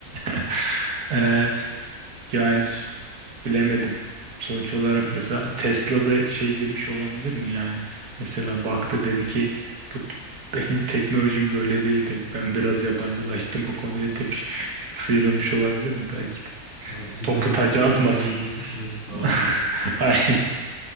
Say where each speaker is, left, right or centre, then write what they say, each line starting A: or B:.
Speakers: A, on the right; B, on the right.
A: <laughs> eee, yani Bilemedim. Sonuç olarak
B: Peki
A: mesela Tesla'da şey demiş olabilir mi yani? Mesela baktı dedi ki bu t- benim teknolojim böyle değildi. Ben biraz yabancılaştım bu konuya demiş. Sıyrılmış olabilir mi belki de.
B: abi siz
A: Topu
B: benden
A: taca
B: çok daha
A: atmasın.
B: ileriye gitmişsiniz
A: <laughs>
B: falan deyip
A: Ay,